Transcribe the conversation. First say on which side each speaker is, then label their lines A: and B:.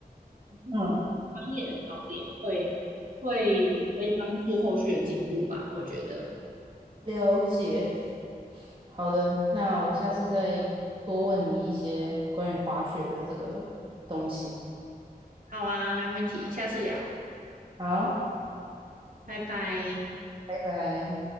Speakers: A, on the right; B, on the right.
A: 嗯，
B: 嗯，
A: 专业的教练会会可以帮助后续的进步吧，我觉得。
B: 了解。好的，那我下次再多问你一些关于滑雪的这个东西。
A: 好啊，没问题，下次聊，
B: 好，
A: 拜拜。
B: 拜拜。